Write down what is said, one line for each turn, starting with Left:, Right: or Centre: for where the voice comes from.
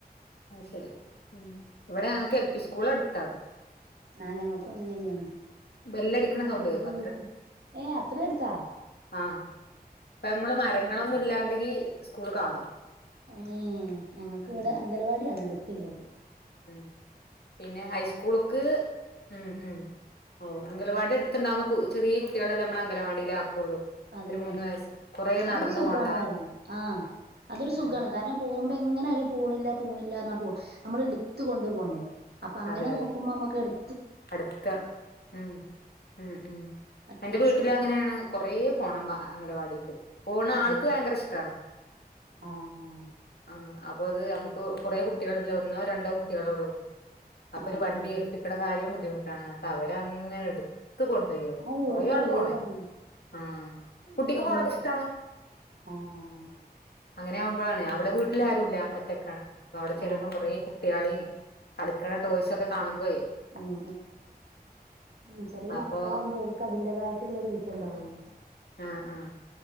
Left: അശരി ഉം ഇവിടെ ഞങ്ങക്ക് എൽ പി സ്കൂൾ അടുത്താ
Right: ആ ഞങ്ങൾക്കും അങ്ങനെ തന്നെയാണ്
Left: ബെല്ലടിക്കണ സൗണ്ട്
Right: എൽ
Left: കേക്കും
Right: പി യുപി ങേ അത്ര എടുത്താ
Left: ആ അപ്പ നമ്മള് മരങ്ങളൊന്നും ഇല്ലാണ്ടെങ്കി സ്കൂള് കാണും
Right: ഏ ഞങ്ങൾക്ക് ഇവിടെ
Left: ഉം
Right: അംഗലവാടിയാണ് അടുത്തള്ളത്
Left: ഉം പിന്നെ ഹൈസ്കൂൾക്ക് ഉം ഉം ഓ അംഗലവാടി എടുത്തുണ്ടാവുമ്പോ ചെറിയ കുട്ടികളെല്ലേ നമ്മൾ അംഗലവാടിയിലേ ആക്കുള്ളൂ
Right: അതന്നെ
Left: ഒരു മൂന്ന് വയസ്സ് കൊറേ
Right: അതൊരു
Left: നടന്നു
Right: സുഖാണ്
Left: പോണ്ട
Right: ആ അതൊരു സുഖമാണ്
Left: ഉം
Right: കാരണം പോകുമ്പോ എങ്ങനായാലും പോണില്ല പോണില്ലാ പോക നമ്മൾ എട് ത്ത് കൊണ്ട് പോണ്ടേ അപ്പൊ അങ്ങനെ
Left: അതെ അതെ
Right: നോക്കുമ്പോ നമുക്ക് എട്
Left: അടുത്ത ഉം ഉം ഉം
Right: അത്രയും
Left: എന്റെ വീട്ടിൽ
Right: സുഖം
Left: അങ്ങനെയാണ് കൊറെപോണം അംഗവാടിക്ക് പോണ ആൾക്ക്
Right: ആഹ്
Left: ഭയങ്കര ഇഷ്ടാണ്
Right: ആഹ്
Left: ആ അപ്പൊ ത് അമ്മക്ക് കൊറേ കുട്യള്ല്ല ഒന്നോ രണ്ടോ കുട്യേളൊള്ളൂ അപ്പൊര്
Right: ആഹ്
Left: വണ്ടി
Right: ആഹ്
Left: ഏൽപ്പിക്കണ കാര്യം ബുദ്ധിമുട്ടാണ്ട്ട് ന്നട്ട വരങ്ങനെ ട്ത്ത കൊണ്ടോയി കൊറേ
Right: അത് അത് കഴിയൂല
Left: ആട് പോണേ
Right: പറയും
Left: മ് കുട്ടിക്ക്
Right: അത് ഭയങ്കര
Left: പോണത്ഷ്ടാണ്
Right: ആഹ്
Left: അങ്ങനെ ആവുമ്പോഴാണ് അവിടെ വീട്ടിലാരുല്ല ഒറ്റക്കാണ് അവ്ടെ ചെല്ലു
Right: ആഹ്
Left: മ്പോ കൊറേ കുട്യാളി കളിക്കണ ടോയ്സൊക്കെ കാണുമ്പോ
Right: മ് മ് ചെറ്യേ
Left: അപ്പൊ
Right: മക്കളാവുമ്പോ ഓൽക്കതിറേതായിട്ടുള്ളരു ഊറ്റം ണ്ടാവല്ലോ
Left: ആഹ് ആഹ്